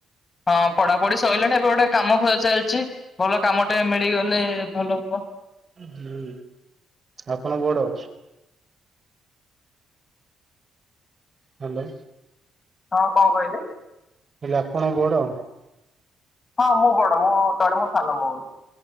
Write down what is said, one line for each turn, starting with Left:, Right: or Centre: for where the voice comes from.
Left: ହଁ ପଢାପଢି ସରିଲାଣି ଏବେ ଗୋଟେ କାମ ଖୋଜା ଚାଲିଛି ଭଲ କାମ ଟେ ମିଳିଗଲେ ଭଲ ହବ
Right: ହୁଁ ଆପଣ ବଡ ହାଲୋ
Left: ହଁ କଣ କହିଲେ
Right: ହେଲେ ଆପଣ ବଡ
Left: ହଁ ମୁଁ ବଡ ମୋ ତଳେ ମୋ ସାନ ଭଉଣୀ